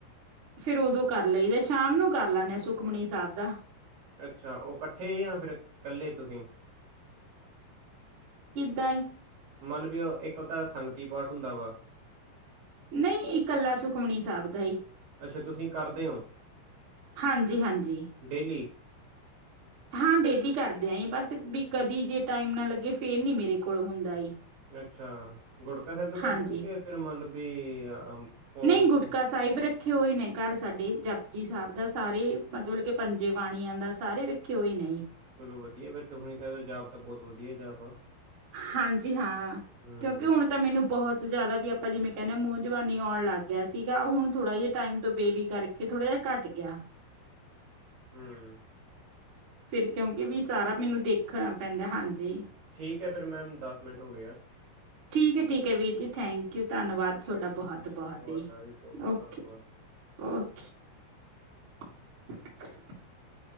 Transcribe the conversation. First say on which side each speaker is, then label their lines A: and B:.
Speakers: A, on the right; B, on the right.
A: ਫੇਰ ਓਦੋਂ ਕਰ ਲਈ ਦਾ ਸ਼ਾਮ ਨੂੰ ਕਰ ਲੈਂਨੇ ਆਂ ਸੁਖਮਨੀ ਸਾਹਿਬ ਦਾ।
B: ਅੱਛਾ ਉਹ ਇਕੱਠੇ ਯਾਂ ਫਿਰ ਇਕੱਲੇ ਤੁਸੀ?
A: ਦਾ ਏ,
B: ਮਤਲਬ ਵੀ ਇੱਕ ਤਾਂ ਸੰਗਤੀ ਪਾਠ ਹੁੰਦਾ ਵਾ।
A: ਨਹੀਂ ਇਕੱਲਾ ਸੁਖਮਨੀ ਸਾਭ ਦਾ ਹੀ
B: ਅੱਛਾ ਤੁਸੀਂ ਕਰਦੇ ਹੋ,
A: ਹਾਂਜੀ-ਹਾਂਜੀ।
B: ਡੇਲੀ?
A: ਹਾਂ ਡੇਲੀ ਕਰਦੇ ਆ ਬਸ ਬੀ ਕਦੀ ਜੇ ਟਾਈਮ ਨਾ ਲੱਗੇ ਫੇਰ ਨੀ ਮੇਰੇ ਕੋਲ ਹੁੰਦਾ ਈ।
B: ਅੱਛਾ ਗੁੜਕਾ ਸਾਹਿਬ ਤੋਂ ਕਰ
A: ਹਾਂਜੀ
B: ਦੇ ਓ ਫੇਰ ਮੰਨ ਲਓ ਵੀ ਅ ਫੋਨ
A: ਨਹੀਂ ਗੁਟਕਾ
B: ਤੇ
A: ਸਾਹਿਬ ਰੱਖੇ ਹੋਏ ਨੇ ਘਰ ਸਾਡੇ ਜਪ ਜੀ ਸਾਹਿਬ ਦਾ ਸਾਰੇ ਮਤਲਬ ਕਿ ਪੰਜੇ ਪਾਣੀਆਂ ਦਾ ਸਾਰੇ ਰੱਖੇ ਹੋਏ ਨੇ ਜੀ।
B: ਚਲੋ ਵਧੀਆ ਫਿਰ ਸੁੁਖਨੀ ਸਾਹਿਬ ਦਾ ਜਾਪ ਤਾਂ ਬਹੁਤ ਵਧੀਆ ਜਾਪ ਆ।
A: ਹਾਂਜੀ ਹਾਂ
B: ਹੂੰ,
A: ਕਿਉਂਕਿ ਹੁਣ ਤਾਂ ਮੈਨੂੰ ਬਹੁਤ ਜ਼ਿਆਦਾ ਵੀ ਆਪਾਂ ਜਿਵੇਂ ਕਹਿੰਦੇ ਮੂੰਹ ਜਵਾਨੀ ਆਉਣ ਲੱਗ ਗਿਆ ਸੀਗਾ। ਹੁਣ ਥੋੜ੍ਹਾ ਜਿ ਟਾਈਮ ਤੋਂ ਬੇਬੀ ਕਰਕੇ ਥੋੜ੍ਹਾ ਜਿਹਾ ਘੱਟ ਗਿਆ।
B: ਹੂਂ।
A: ਫਿਰ। ਕਿਉਂਕਿ ਵੀ ਸਾਰਾ ਮੈਨੂੰ ਦੇਖਣ ਪੈਂਦਾ, ਹਾਂਜੀ।
B: ਠੀਕ ਹੈ ਫਿਰ ਮੈਮ ਮਿੰਟ ਹੋ ਗਏ ਆ।
A: ਠੀਕ ਹੈ-ਠੀਕ ਹੈ ਵੀਰ ਜੀ, ਥੈਂਕ ਯੂ। ਧੰਨਵਾਦ ਤੁਹਾਡਾ
B: ਓਕੇ,
A: ਬਹੁਤ-ਬਹੁਤ
B: ਤੁਹਾਡਾ
A: ਹੀ।
B: ਵੀ ਬਹੁਤ-ਬਹੁਤ
A: ਓਕੇ-ਓਕੇ।
B: ਧੰਨਵਾਦ।
A: <inaudible>